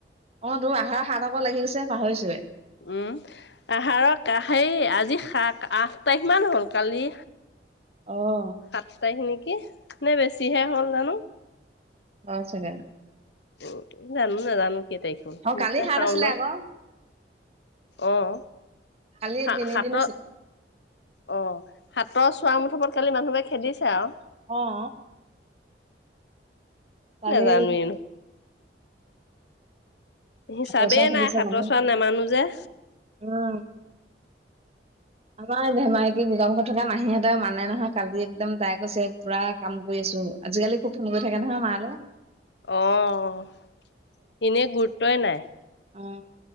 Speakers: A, on the right; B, on the left.
A: অটো, আহাৰ শাওনৰ পৰা লাগি গৈছে, পাহৰিছোয়ে।
B: উম। আহাৰৰ কা-সেই আজি সাক-আঠ তাৰিখ মান হ'ল। কালি
A: অ'।
B: সাত তাৰিখ নেকি? নে বেছিহে হ'ল জানো!
A: <inaudible> হয় চাগে।
B: উম, জানো, নাজানো কেই তাৰিখ হ'ল।
A: অ
B: মোৰ
A: কালি
B: তই
A: হাত
B: শাওনৰ
A: আছিলে আকৌ
B: অহ,
A: কালি
B: সা-সাতত
A: তিনিদিন আছিল
B: অ', হাতৰ চোৱা মুথাপত কালি মানুহে খেদিছে আৰু।
A: অহ'। কালি
B: নেজানোয়ে নহয়। হিচাবে
A: হাতচোৱা খুলিছে
B: নাই, হাতৰ
A: কালি
B: চোৱা নেমানোঁ যে।
A: উম। আমাৰ ধেমাকি দুৰ্গামুখত থকা মাহীহঁতৰ মানে নহয়, কালি একদম তাই কৈছে পুৰা কাম কৰি আছোঁ। আজিকালি খুব ফোন কৰি থাকে নহয় মালে।
B: অহ, এনে গুৰুত্বই নাই।
A: উম।